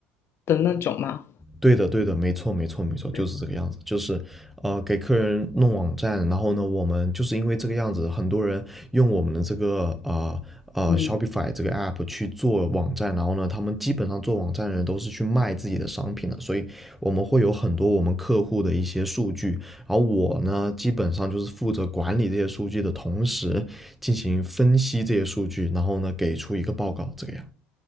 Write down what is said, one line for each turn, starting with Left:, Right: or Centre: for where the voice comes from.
Left: 的那种吗？
Centre: 对的，对的，没错，没错，没错，就是这个样子，
Left: 对，
Centre: 就是呃，给客人弄网站，然后呢，我们就是因为这个样子，很多人用我们的这个啊呃呃
Left: 嗯，
Centre: Shopify 这个 app 去做网站，然后呢，他们基本上做网站的人都是去卖自己的商品的，所以我们会有很多我们客户的一些数据，然后我呢，基本上就是负责管理这些数据的同时，进行分析这些数据，然后呢，给出一个报告，这个样。